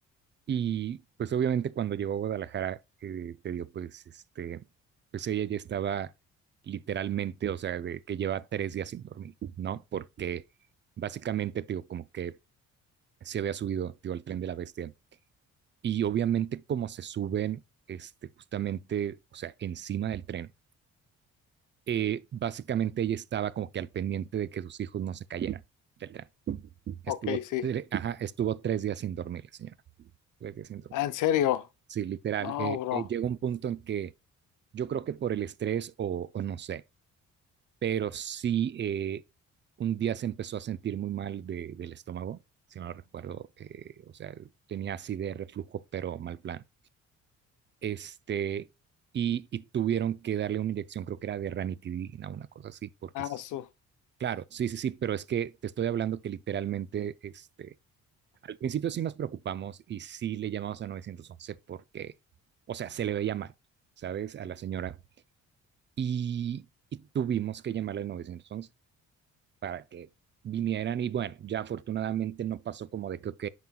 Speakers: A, on the right; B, on the left.
A: Y pues obviamente cuando llegó a Guadalajara, eh, te digo, pues este, pues ella ya estaba literalmente, o sea, de que lleva tres días sin dormir, ¿no? Porque básicamente, te digo, como que se había subido, te digo, al tren de la bestia. Y obviamente como se suben, este, justamente, o sea, encima del tren, eh, básicamente ella estaba como que al pendiente de que sus hijos no se cayeran del tren.
B: Ok,
A: Estuvo,
B: sí.
A: ajá, estuvo tres días sin dormir la señora, tres días sin dormir.
B: Ah, en serio.
A: Sí, literal,
B: No,
A: eh,
B: bro.
A: eh, llega un punto en que yo creo que por el estrés o, o no sé, pero sí eh, un día se empezó a sentir muy mal de, del estómago, si no lo recuerdo, eh, o sea, tenía acidez, reflujo, pero mal plan. Este, y, y, tuvieron que darle una inyección, creo que era de ranitidina, una cosa así, porque,
B: Ah,
A: es-
B: su
A: claro, sí, sí, sí, pero es que te estoy hablando que literalmente, este, al principio sí nos preocupamos y sí le llamamos a 911 porque, o sea, se le veía mal, ¿sabes? A la señora. Y, y tuvimos que llamarle al 911 para que vinieran y bueno, ya afortunadamente no pasó como de que, ok,